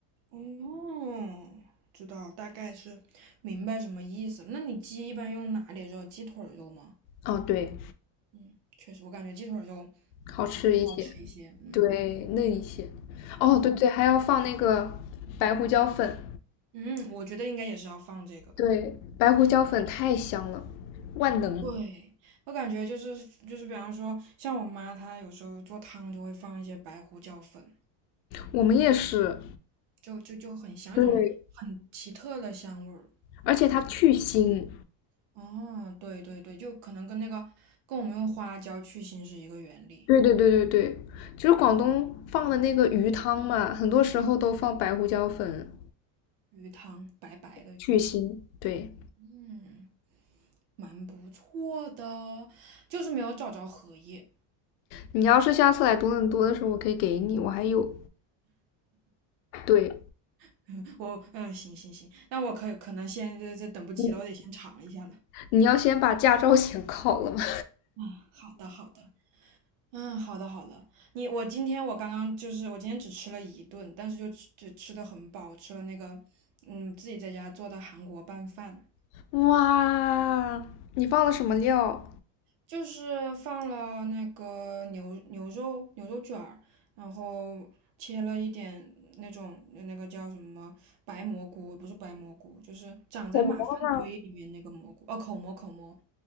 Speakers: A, on the right; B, on the left.
A: 哦，知道，大概是明白什么意思了。那你鸡一般用哪里肉？鸡腿儿肉吗？
B: 哦，对，
A: 嗯，确实，我感觉鸡腿儿肉
B: 好吃一些，
A: 好吃一些。嗯
B: 对，嫩一些。哦，
A: 嗯
B: 对对，还要放那个白胡椒粉。
A: 嗯，我觉得应该也是要放这个。
B: 对，白胡椒粉太香了，万能。
A: 对，我感觉就是就是，比方说，像我妈她有时候做汤就会放一些白胡椒粉，
B: 我们也是。
A: 就就就很香，
B: 对，
A: 一种很奇特的香味儿。
B: 而且它去腥。
A: 哇，哦，对对对，就可能跟那个跟我们用花椒去腥是一个原理。
B: 对对对对对，就是广东放的那个鱼汤嘛，很多时候都放白胡椒粉
A: 鱼汤，白白的鱼汤，
B: 去腥。对，
A: 嗯，蛮不错的，就是没有找着荷叶。
B: 你要是下次来多伦多的时候，我可以给你，我还有。对，
A: <laughs> 我嗯，行行行，那我可可能先这这等不及了，
B: 你
A: 我得先尝一下了。
B: 你要先把驾照 <laughs> 先考了吗？
A: 嗯，好的好的。嗯，好的好的。你我今天我刚刚就是我今天只吃了一顿，但是就吃就吃的很饱，我吃了那个嗯自己在家做的韩国拌饭。
B: <laughs> 哇，你放了什么料？
A: 就是放了那个牛牛肉牛肉卷儿，然后切了一点那种那个叫什么白蘑菇，不是白蘑菇，就是长在马粪堆里面那个蘑菇，
B: 口蘑。
A: 哦，口蘑口蘑，